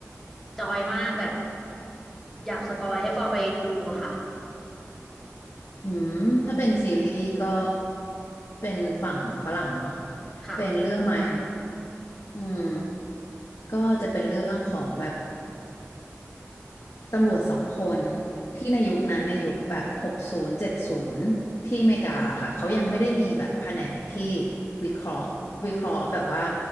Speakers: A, in the centre; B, on the left (about 70°).
A: จอยมากแบบอยากสปอยให้ปอไปดูอะค่ะ
B: อืมถ้าเป็นซีรีส์ก็เป็นฝั่งฝรั่งเนาะ
A: ค่ะ
B: เป็นเรื่อง My Hunter อืมก็จะเป็นเรื่องของแบบ ตำรวจสองคนที่ในยุคนั้นในยุคแบบหกศูนย์เจ็ดศูนย์ที่อเมริกาค่ะเขายังไม่ได้มีแบบแผนกที่วิเคราะห์วิเคราะห์แบบว่า